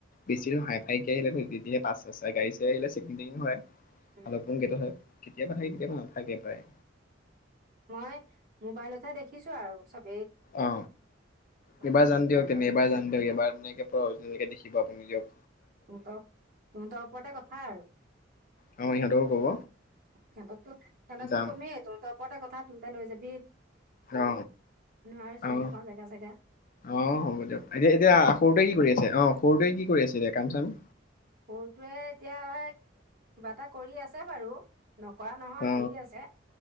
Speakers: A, on the right; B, on the left.
A: অ
B: বেছি হাই ফাইকে আহিলে ধৰি লবি তেতিয়া পচ চাচ চাই গাডী চাৰি চেকিং টেকিং হয়।
A: উম
B: ভলপোঙ কেইটা হয় কেতিয়াবা থাকে কেতিয়াবা নাথাকে প্ৰায়
A: মই মোবাইলতহে দেখিছো আৰু চব
B: অ এইবাৰ
A: চটো
B: যাম
A: দিয়া
B: দিয়ক
A: বিলাক
B: তেনে
A: দেখিছো
B: এবাৰ যাম দিয়ক এইবাৰ এনেকে তই অৰজিনেল কে দেখি পাবি নিজেও
A: তহঁতৰ তহঁতৰ ওপৰতে কথা আৰু
B: অ ইহঁতকো ক'ব
A: সিহঁতকো সিহতকতটো
B: যাম
A: কমেই তহঁতক ওপৰত কথা তহঁতে লৈ যাব
B: অ
A: আৰু চিনি
B: আহ
A: নাপাওঁ জেগা চেগা
B: অ হ'ব দিয়ক এতিয়া এতিয়া
A: ন
B: সৰুটোৱে কি কৰি আছে অ সৰুটোৱে কি কৰি আছে এতিয়া কাম চাম
A: সৰুটোৱে এতিয়া কিবা এটা কৰি আছে বাৰু নকৰা নহয়
B: অ
A: কৰি আছে